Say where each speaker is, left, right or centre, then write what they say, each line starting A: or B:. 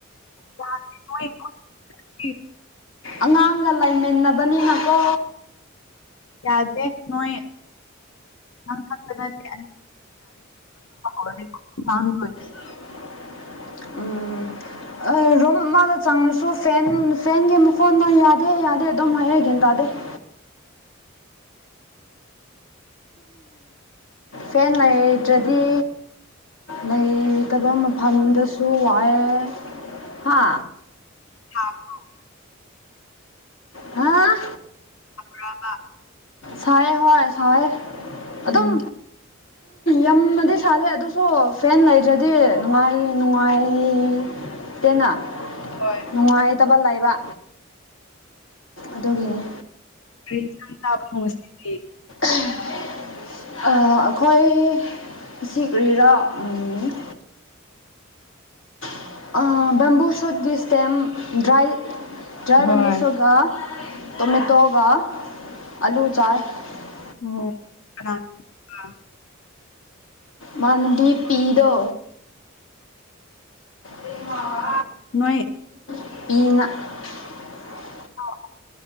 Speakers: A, on the left (about 80°); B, on the left (about 70°).
A: <unintelligible>
B: ꯑꯉꯥꯡꯒ ꯂꯩꯃꯤꯟꯅꯕꯅꯤꯅꯀꯣ
A: ꯌꯥꯗꯦ ꯅꯣꯏ ꯅꯪ ꯈꯛꯇ ꯅꯠꯇꯦ <unintelligible>
B: <inaudible> ꯎꯝ ꯑ ꯔꯨꯝ ꯑꯃꯗ ꯆꯪꯉꯁꯨ ꯐꯦꯟ ꯐꯦꯟꯒꯤ ꯃꯈꯣꯟꯅ ꯌꯥꯗꯦ ꯌꯥꯗꯦ ꯑꯗꯨꯝ ꯍꯥꯏꯌꯦ ꯒ꯭ꯌꯥꯟ ꯇꯥꯗꯦ <inaudible> ꯐꯦꯟ ꯂꯩꯥꯇ꯭ꯔꯗꯤ ꯂꯩꯇꯕ ꯃꯐꯝꯗꯁꯨ ꯋꯥꯌꯦ ꯍꯥ
A: <unintelligible>
B: ꯍꯥꯥ
A: <unintelligible>
B: ꯁꯥꯏꯌꯦ ꯍꯣꯏ ꯁꯥꯏꯌꯦ ꯑꯗꯨꯝ
A: ꯎꯝ
B: ꯌꯝꯅꯗꯤ ꯁꯥꯗꯦ ꯑꯗꯨꯁꯨ ꯐꯦꯟ ꯂꯩꯗ꯭ꯔꯗꯤ ꯅꯨꯡꯉꯥꯏꯌꯦ ꯅꯨꯡꯉꯥꯏꯌꯦ ꯇꯦꯅ
A: ꯍꯣꯏ
B: ꯅꯨꯡꯉꯥꯏꯇꯕ ꯂꯩ ꯕ ꯑꯗꯨꯒꯤꯅꯤ
A: ꯀ꯭ꯔꯤ ꯏꯟꯁꯥꯡ ꯆꯥꯕꯅꯣ ꯉꯁꯤ <unintelligible>
B: <inaudible> ꯑ ꯑꯈꯣꯏ ꯉꯁꯤ ꯀꯔꯤꯔꯥ ꯎꯝ INAUDIBLE UNINTELLIGIBLE ꯇꯣꯃꯦꯇꯣꯒ
A: ꯍꯣꯏ
B: ꯑꯂꯨ ꯆꯥꯏ
A: INAUDIBLE
B: ꯃꯥꯅꯗꯤ ꯄꯤꯗꯣ INAUDIBLE
A: ꯅꯣꯏ
B: UNINTELLIGIBLE
A: INAUDIBLE